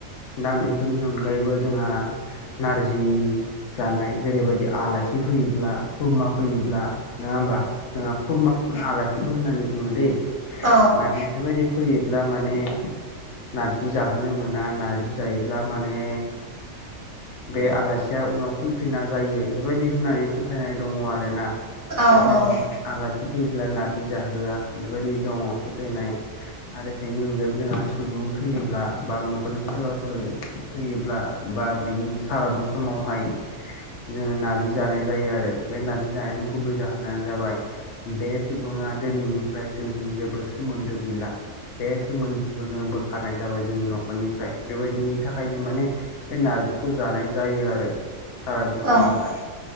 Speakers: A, on the left; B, on the right.
A: दा बेफोरनि अनगायैबो जोंहा नारजि जानाय जेरैबायदि आलासि फैयोब्ला खुरमा फैयोब्ला नङा होमबा। जोंहा खुरमाखौनो आलासिबो होननानै बुङो दैे।
B: औ।
A: माने बेबायदि फैयोब्ला माने नारजि जाहोनो मोन ना नारजि जायोब्ला माने बे आलासिया उनाव फैफिना जायो बेबायदि होननानै फोथायनाय दङ आरोना।
B: औ
A: बेखायनो
B: औ नंगौ
A: माने आलासि नार्जि जाहोआ बेबायदि दङ। फोथायनाय आरो बेनि अनगायैबो जोंहा सुबुं थैयोब्ला बा न‌ माने सोरबाफोर थैयोब्ला बा बेनि सारादु समावहाय जोंङो नार्जि जानाय जायो आरो बे नारजि जानायनि गुबै जाहोन नानो जाबाय बे सुबुङा दिनैनिफ्राय जोंजों जेबो सोमोन्दो गैला। बे सोमोन्दैखौ जोंङो बोखारनाय जाबाय जोंनि न'खरनि। फ्राय बेबायदिनि थाखायनो माने बे नारजिखौ जानाय जायो आरो। सारादु
B: औ
A: समाव हाय